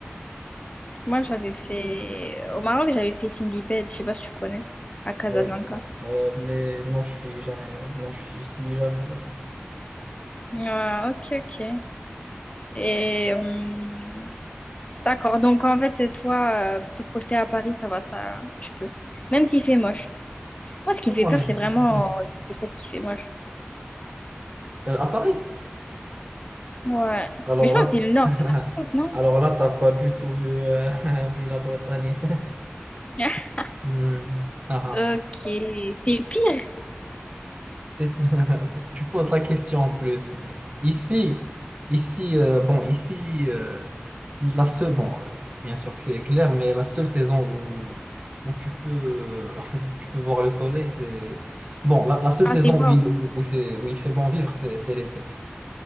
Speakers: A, on the left (about 30°); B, on the right (about 35°).
A: Moi, j'avais fait... Au Maroc, j'avais fait Cindy Bed, je sais pas si tu connais, à Casablanca.
B: oui. Euh, mais non, je suis jamais, non, je suis, suis jamais allé.
A: Ouais, ok, ok. Et hum, d'accord, donc en fait, toi, euh, te projeter à Paris, ça va, ça, tu peux. Même s'il fait moche. Moi, ce qui me
B: Moi,
A: fait peur,
B: je-
A: c'est vraiment
B: ouais.
A: euh, le fait qu'il fait moche.
B: Euh, à Paris?
A: Ouais.
B: Alors
A: Mais je
B: là,
A: crois que c'est le nord
B: <laughs>
A: de la France, non?
B: alors là, t'as pas du tout vu, euh, <laughs> vu la Bretagne. <laughs>
A: <laughs>
B: Hmm. Ah, ah.
A: Ok, c'est pire.
B: C'est- <laughs> Parce que tu poses la question en plus. Ici, ici, euh, bon, ici, euh, la seule, bon, bien sûr que c'est clair, mais la seule saison où, où tu peux, <laughs> où tu peux voir le soleil, c'est, bon, la, la seule
A: Ah,
B: saison
A: c'est wow.
B: où il, où, où c'est, où il fait bon vivre, c'est c'est l'été.